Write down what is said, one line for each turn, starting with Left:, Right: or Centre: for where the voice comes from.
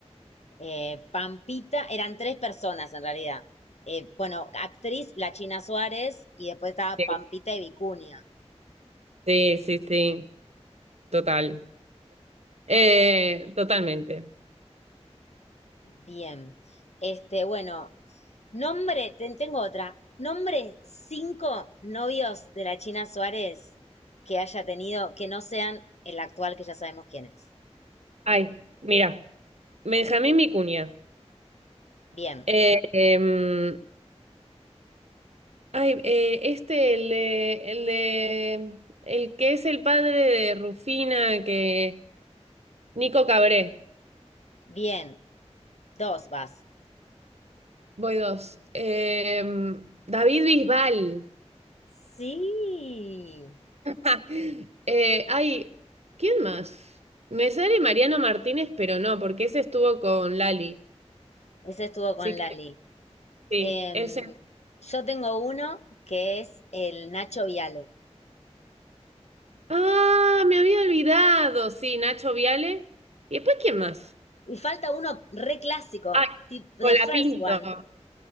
Left: eh, Pampita, eran tres personas en realidad. Eh, bueno, actriz La China Suárez y después estaba
Right: Sí,
Left: Pampita y Vicuña.
Right: sí, sí, sí, total. Eh, totalmente.
Left: Bien. Este, bueno, nombre, ten- tengo otra. Nombre cinco novios de la China Suárez que haya tenido que no sean el actual que ya sabemos quién es.
Right: Ay, mira, Benjamín Vicuña.
Left: Bien,
Right: Eh, em, ay, eh, este, el de, el de, el que es el padre de Rufina, que, Nico Cabré.
Left: bien. Dos vas.
Right: Voy dos. Em, David Bisbal.
Left: Sí.
Right: <laughs> Eh, ay, ¿quién más? Me sale Mariano Martínez, pero no, porque ese estuvo con Lali.
Left: Ese estuvo con
Right: Sí que
Left: Lali.
Right: sí,
Left: Em,
Right: ese.
Left: yo tengo uno que es el Nacho Viale.
Right: Ah, me había olvidado. Sí, Nacho Viale. ¿Y después quién más?
Left: Y falta uno re clásico,
Right: Ah,
Left: tip- The
Right: Colapinto.
Left: First One.